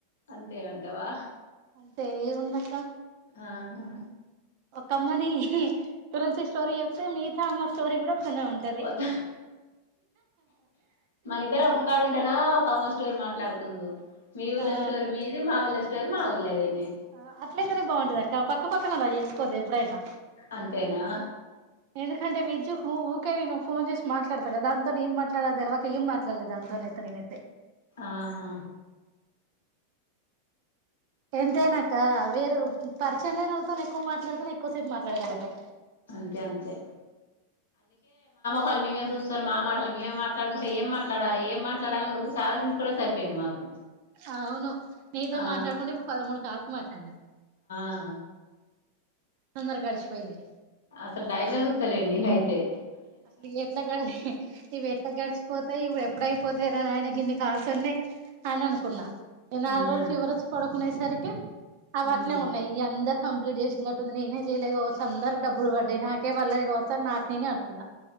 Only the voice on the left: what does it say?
అంతేనంటవా
ఆహా
పోత మనిద్దరం ఒక కాడ ఉంటెనా ఒకామె స్టోరి మాట్లాడుకుందు మీ ఊళ్ళ
స్టోరి మీది మా ఊళ్ళ స్టోరి మా ఊళ్ళదేనే
అంతేనా
ఆహా
అంతే అంతే వాళ్ళు మేమే చూస్తరు మా మాటలు మేమే మాట్లాడుకుం టె ఏం మాట్లాడాల ఏం మాట్లాడాలని ఉకే ఆలోచించుకోవుడే సరిపోయింది మాకు
ఆ
ఆ
అసలు టైమే చుస్తలేను నేనయితే
ఉమ్
ఉమ్